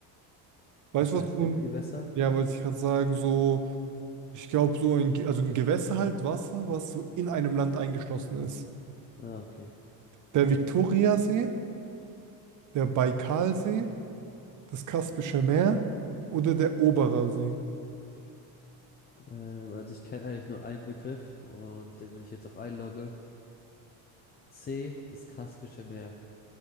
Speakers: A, on the right; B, on the left.
A: Weißt
B: Was
A: du was?
B: heißt
A: du
B: Bindgewässer?
A: Ja, wollte ich gerade sagen, so, ich glaube, so ein, Ge- also ein Gewässer halt, Wasser, was so in einem Land eingeschlossen ist.
B: Ah, okay.
A: Der Viktoriasee,
B: Okay.
A: der Baikalsee, das Kaspische Meer oder der Oberer See.
B: Ähm, also ich kenne eigentlich nur einen Begriff und den will ich jetzt auch einloggen. C, das Kaspische Meer.